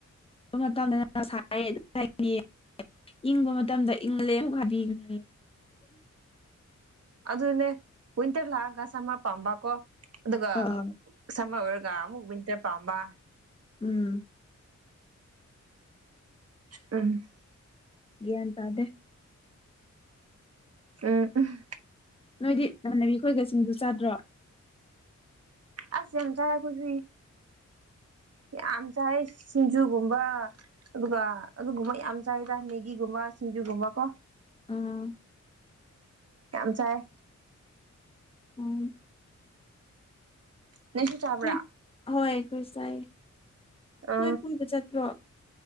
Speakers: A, on the left; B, on the right.
A: <unintelligible> ꯏꯪꯕ ꯃꯇꯝꯗ ꯏꯪꯂꯦ ꯑꯃꯨꯛ ꯍꯥꯏꯕꯤꯒꯅꯤ
B: ꯑꯗꯨꯅꯦ ꯋꯤꯟꯇꯔ ꯂꯥꯛꯑꯒ ꯁꯃꯔ ꯄꯥꯝꯕꯀꯣ ꯑꯗꯨꯒ
A: ꯑꯥ
B: ꯁꯥꯃꯔ ꯑꯣꯏꯔꯒ ꯑꯃꯛ ꯋꯤꯟꯇꯔ ꯄꯝꯕ
A: ꯎꯝ
B: ꯎꯝ
A: ꯒꯌ꯭ꯥꯟ ꯇꯗꯦ
B: ꯎꯝ <unintelligible>
A: ꯅꯣꯏꯗꯤ ꯅꯃꯟꯅꯕꯤ ꯈꯣꯏꯒ ꯁꯤꯡꯖꯨ ꯆꯥꯗ꯭ꯔꯣ
B: ꯑꯁ ꯌꯥꯝ ꯆꯥꯏ ꯑꯩꯈꯣꯏꯗꯤ ꯌꯥꯝ ꯆꯥꯏ ꯁꯤꯡꯖꯨꯒꯨꯝꯕ ꯑꯗꯨꯒ ꯑꯗꯨꯒꯨꯝꯕ ꯌꯥꯝ ꯆꯥꯏꯗ ꯃꯦꯒꯤꯒꯨꯝꯕ ꯁꯤꯡꯖꯨꯒꯨꯝꯕ ꯀꯣ
A: ꯎꯝ
B: ꯌꯥꯝ ꯆꯥꯏꯌꯦ
A: ꯎꯝ
B: ꯅꯪꯁꯨ ꯆꯥꯕ꯭ꯔꯥ
A: ꯍꯣꯏ ꯍꯣꯏ ꯑꯩꯈꯣꯏ ꯆꯥꯏ
B: ꯑ
A: ꯅꯣꯏ ꯄꯨꯟꯕ ꯆꯠꯇ꯭ꯔꯣ